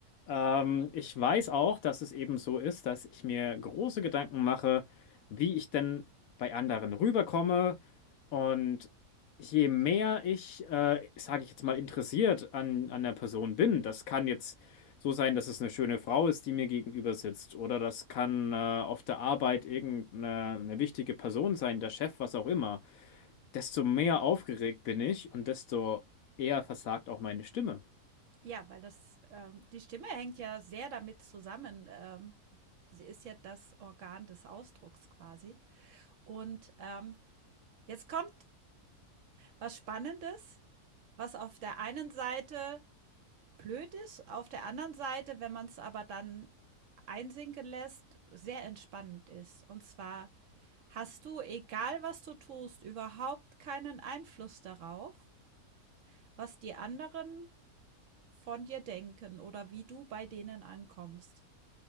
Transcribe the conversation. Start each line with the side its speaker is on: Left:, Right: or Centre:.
Left: Ähm, ich weiß auch, dass es eben so ist, dass ich mir große Gedanken mache, wie ich denn bei anderen rüberkomme, Und je mehr ich, äh, sage ich jetzt mal, interessiert an, an der Person bin, das kann jetzt so sein, dass es eine schöne Frau ist, die mir gegenüber sitzt, oder das kann äh, auf der Arbeit irgendeine eine wichtige Person sein, der Chef, was auch immer, desto mehr aufgeregt bin ich und desto eher versagt auch meine Stimme.
Right: Ja, weil das, ähm, die Stimme hängt ja sehr damit zusammen. Ähm, sie ist ja das Organ des Ausdrucks quasi. Und ähm, jetzt kommt was Spannendes, was auf der einen Seite blöd ist, auf der anderen Seite, wenn man es aber dann einsinken lässt, sehr entspannend ist. Und zwar Hast du, egal was du tust, überhaupt keinen Einfluss darauf, was die anderen von dir denken oder wie du bei denen ankommst?